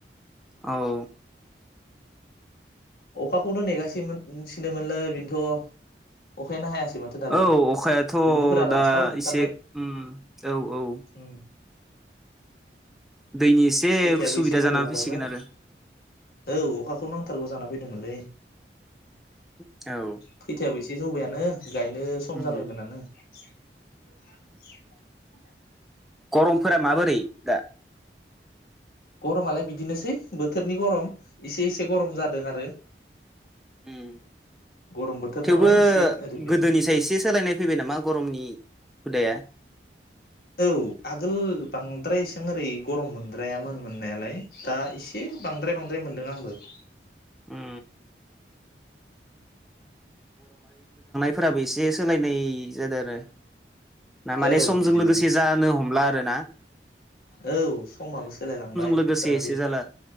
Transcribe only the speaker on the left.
अखाखौनो नेगासिमोनसिनोमोनलै बेनोथ' अखायानो हायासै माथो दाबो
दुब्लिफोरा रानस्राव
जोबथारबाय
उम
खैथायाबो
एसे जौहोलांबायमोन
औ अखाखौ नांथारगौ जाना फैदोंमोनलै
खैथायाबो एसे जौबायानो गायनो सम
जाबायमोनानो <inaudible> <unintelligible>
गरमालाय बिदिनोसै बोथोरनि गरम इसे इसे गरम जादों आरो
गरम बोथोर
नालाय एसे ओरैनो
औ आगोल बांद्राय एसां ओरै गरम मोनद्रायामोन मोननायालाय दा एसे बांद्राय बांद्राय मोन दों आंबो <unintelligible>
औ
बिदिनो
औ समाबो सोलायलांबाय
बोथोराबो